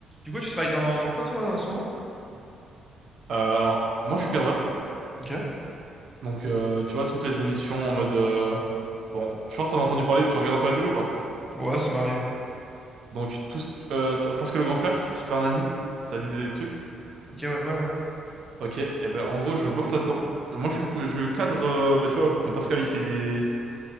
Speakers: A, in the centre; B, on the right (about 60°).
A: Du coup, tu travailles dans, dans quoi, toi, en ce moment?
B: Euh, alors, moi, je suis cadreur.
A: Ok.
B: Donc, euh, tu vois, toutes les émissions en mode... euh, Bon, je pense que t'en as entendu parler, tu regardes un peu la télé ou pas?
A: Ouais, ça m'arrive, ouais.
B: Donc, tous, euh, tu vois, parce que le grand frère, Super Nanny, ça dit des trucs.
A: Ok, ouais, ouais, ouais.
B: Ok, et ben, en gros, je bosse là-dedans. Euh, Moi, je suis, je cadre, euh, bah, tu vois, quand Pascal, il fait des...